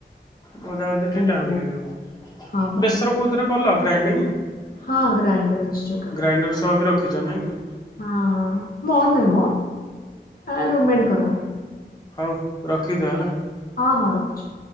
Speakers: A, on the left; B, on the left.
A: ମଜା ଆଜ ଟିକେ
B: ବହୁତ
A: ଟାଇମ୍
B: ଲେଟ୍
A: ଲାଗିବ
B: ହଁ ବା
A: ବେସର କୋଉଥିରେ କଲ ଗ୍ରାଇଣ୍ଡିଙ୍ଗ?
B: ହଁ ଗ୍ରାଇଣ୍ଡର ଅଛି ଛୋଟଟେ
A: ଗ୍ରାଇଣ୍ଡର ସହବ ବି ରଖିଛ ନାଇଁ କି
B: ହଁ ମୋର ନୁହେଁ ମୋ ଆ ରୁମେଣ୍ଡ କର
A: ହଉ ରଖିଦିଅ ହେଲା।
B: ହଁ ହଁ ରଖୁଛି।